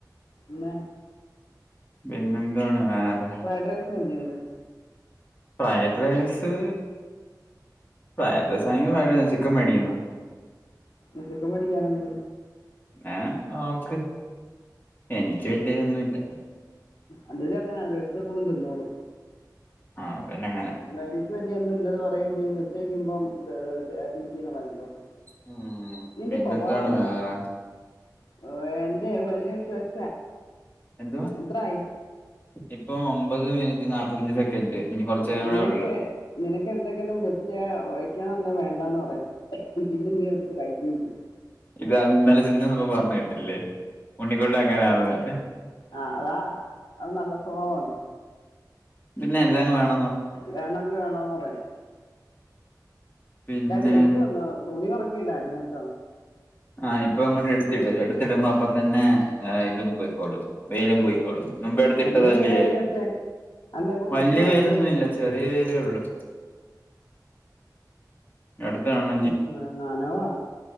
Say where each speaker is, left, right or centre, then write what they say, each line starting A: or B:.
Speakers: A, on the left; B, on the left.
A: എന്ന
B: പിന്നെന്താണ് വേറെ
A: ഫ്രൈഡ്രൈസ് മതീലെ
B: ഫ്രൈഡ് റൈസ് ഫ്രൈഡേസൊക്കെ ആക്കാൻ ചിക്കൻ മേടിക്കുന്നോ
A: അക്കെത്തെ കല്യാണണ്ട്
B: ആഹ ആക്ക് എനിക്ക് എന്തെലൊതൊന്നുല്ല
A: അല്ലേലും ങ്ങനെ ആരോത്തക്കും തന്നോള്ളും
B: ആ പിന്നെ ങ്ങനെ
A: എനിക്ക ങ്ങയൊന്നുല്ല പറയേംചെയും ഉച്ചേക്കുമ്പോ തെ തീറ്റീന്നും
B: ഉം
A: നിന്റെ
B: പിന്നെന്താണ്
A: സ്വഭാവതാ
B: വേറെ
A: ഓ എന്തേ എന്ത ച വെച്ചാ
B: എന്തുവാ
A: അത്രായി
B: ഇപ്പൊ ഒമ്പത് മിനിറ്റ് നാല്പത്തഞ്ച് സെക്കൻഡ് ഇനി കുറച്ച് നേരം
A: എങ്ങനെയൊക്കെ
B: കൂടെ ഉള്ളു
A: നിനക്ക് എന്തെങ്കിലും വെക്കാ വയ്ക്കന്ന് പറഞ്ഞാ വേണ്ടാന്ന് പറയെ പിന്നെ നീ എടുത്തിട്ട് കഴിക്കുകയും ചെയ്യും
B: ഇത് ഇന്നലെ ചിന്നു വന്നപ്പോ പറഞ്ഞ കേട്ടില്ലേ ഉണ്ണികുട്ടൻ എങ്ങനാന്ന്
A: ആഹ് അതാ അത് നല്ല സ്വഭാവകൊണ്ട
B: പിന്നെ എല്ലാംങ്ങു വേണം
A: വേണെങ്കിൽ വേണന്ന് പറയാ,
B: പിന്നെ
A: ഇവിടെ വെയില് വന്നു തുണി പിറക്കില്ലായിരുന്നേട്ടോ
B: ആഹ് ഇപ്പൊ ഇങ്ങോട്ട് എടുത്തിട്. എടുത്തിടുമ്പോ അപ്പ തന്നെ ഇതും പോയിക്കോളും വെയിലും പോയിക്കോളൂ. മുമ്പെ എടുത്തി
A: നല്ല
B: ഇട്ടതല്ലേ,
A: വെയിലായി അച്ഛേ അല്ല ഇപ്പൊ
B: വലിയ
A: ഉച്ചയാ
B: വെയിലൊന്നും
A: നല്ല വെയിലാ
B: ഇല്ല ചെറിയ വെയിലേ ഉള്ളു അടുത്താണ്
A: ഉം, നനവാ